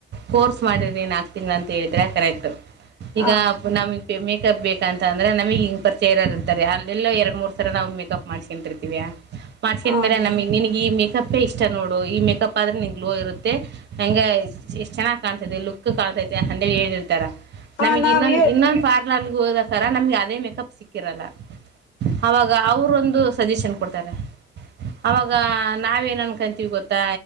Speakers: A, on the right (about 60°); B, on the left (about 70°).
A: ಕೋರ್ಸ್ ಮಾಡಿದ್ರಿ ನಾಲ್ಕು ತಿಂಗಳು ಅಂತ ಹೇಳಿದ್ರೆ ಕರೆಕ್ಟ್
B: ಹ
A: ಈಗ ನಮಗೆ ಮೇಕಪ್ ಬೇಕ ಅಂತ ಅಂದ್ರೆಮಗ್ ಹಿಂಗ ಪರಿಚಯರ ಇರ್ತಾರೆ ಅಲ್ಲೆಲ್ಲೋ ಎರಡ್ ಮೂರ್ ಸರ ನಾವು ಮೇಕಪ್ ಮಾಡ್ಸ್ಕೊಂತಿರ್ತೀವ ಮಾಡ್ಸ್ಕೊಂಡನ್
B: ಹ
A: ಬೇರ
B: ಮ್ಯಾಮ್
A: ನಮ ನಿನಗ್ ಈ ಮೇಕಪ್ ಇಷ್ಟ ನೋಡು ಈ ಮೇಕಪ್ ಪ್ಪದ್ರ ನಿ ಗ್ಲೋ ಇರುತ್ತೆ ಹಂಗ ಎಷ್ಟು ಚೆನ್ನಾಗ್ ಕಾಣ್ತೈದೆ ಲುಕ್ ಕಾಣ್ತತಿ ಅಂತ ಹೇಳಿ ಹ ಹೇಳಿರ್ತಾರ
B: ಹ
A: ನಮಗ್
B: ನಾವ್
A: ಇನ್ನೊಂದ
B: ಹೇ
A: ಇನ್ನೊಂದು ಪಾರ್ಲರ್ ಹೋದಕರ ನಮ್ಗೆ ಅದೇ ಮೇಕಪ್ ಸಿಕ್ ರಲ್ಲ ಅವಾಗ ಅವರುೊಂದು ಸಜೆಷನ್ ಕೊಡ್ತಾರೆ ಅವಾಗ ನಾವೇನನ್ಕಂತೀವಿ ಗೊತ್ತಾ